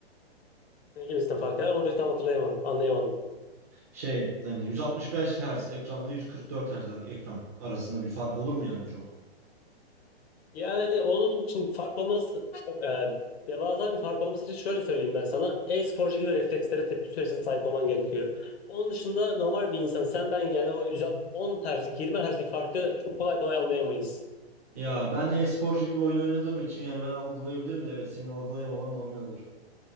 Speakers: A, on the left (about 70°); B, on the right (about 15°).
A: Ne gibisinden fark var? Onu tam hatırlayamadım, anlayamadım.
B: Şey hani 165 Hz ekranla 144 Hz ekran arasında bir fark olur mu yani çok?
A: Yani onun için fark olması çok, e, devasa bir fark olması için şöyle söyleyeyim ben sana. E-sporcu gibi reflekslere tepki süresine sahip olman gerekiyor. Onun dışında normal bir insan sen ben yani o 110 Hz'lik 20 Hz'lik farkı çok kolay kolay anlayamayız.
B: Ya ben e-sporcu gibi oyun oynadığım için yani ben algılayabilirim de evet senin algılayamaman normal olur.